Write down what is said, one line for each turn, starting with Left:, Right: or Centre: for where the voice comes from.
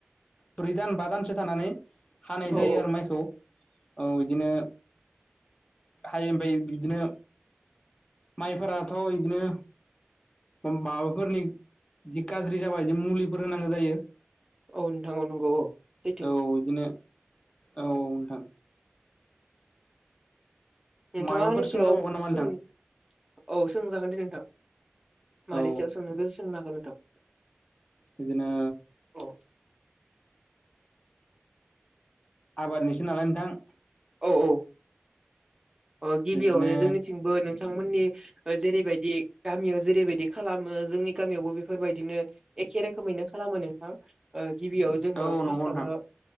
Left: ब्रै दान बा दानसो थानानै हानाय
Right: औ
Left: जायो आरो माइखौ औ बिदिनो हायो ओमफ्राय बिदिनो माइफोराथ' बिदिनो माबाफोरनि जि गाज्रि जाबा मुलिफोर होनांगौ जायो।
Right: औ नोंथां औ नंगौ औ। सैथो
Left: औ बिदिनो औ नोंथां।
Right: नोंथाङा
Left: माबाफोर
Right: आंनि
Left: सोंजाबावगोन
Right: सायाव
Left: नामा
Right: सों
Left: नोंथां
Right: औ सोंजागोन दे नोंथां मानि
Left: औ
Right: सायाव सोंनो गोसो सोंनो हागोन नोंथां।
Left: बिदिनो
Right: औ
Left: आबादनिसो नालाय नोंथां
Right: औ औ अ गिबियावनो
Left: बिब्दिनो
Right: जोंनिथिंबो नोंथांमोननि जेरैबायदि गामियाव जेरैबायदि खालामो जोंनि गामियावबो बेफोरबायदिनो एखे रोखोमै दिनो खालामो नोंथां ओ गिबियाव जोङो
Left: औ
Right: फार्स्टावनो
Left: नंगौ नोंथां